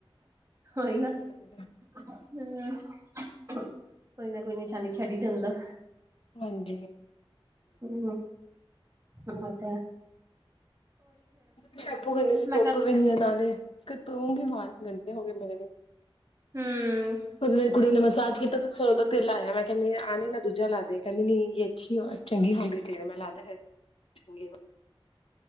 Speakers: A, on the right (about 30°); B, on the left (about 75°).
A: ਹਾਂ ਇਹ
B: ਸਹੀ
A: ਨਾ।
B: ਗੱਲ ਹੈ,
A: ਹਮ, ਕੋਈ ਨਾ ਕੋਈ ਨਿਸ਼ਾਨੀ ਛੱਡੀ ਜਾਂਦਾ।
B: ਹਾਂਜੀ।
A: ਹਮ ਮ <unintelligible> ਤੇ
B: ਸ਼ੈਪੂ ਕਰਨੀ ਸੀ
A: ਮੈਂ
B: ਧੁੱਪ
A: ਕਿਹਾ
B: ਵੀ ਨੀ ਹੈ ਨਾਲੇ, ਧੋਓ ਗੀ ਵਾਲ ਗੰਦੇ ਹੋ ਗਏ ਮੇਰੇ ਦੇ।
A: ਹਮ।
B: ਉਦੋ ਮੇਰੀ ਕੁੜੀ ਨੇ ਮਸਾਜ ਕੀਤਾ ਤੇ ਸਰੋ ਦਾ
A: ਜਾ
B: ਤੇਲ ਲਾਇਆ ਮੈਂ ਕਿਹਾ ਨਈ ਆ ਨਈ ਨਾ ਦੂਜਾ ਲਾ ਦੇ ਕਹਿੰਦੀ ਨਹੀਂ ਏ ਅੱਛੀ ਚੰਗੀ ਹੁੰਦੀ ਫੇਰ ਮੈਂ ਲਾਦੇ ਫਿਰ ਚੰਗੀ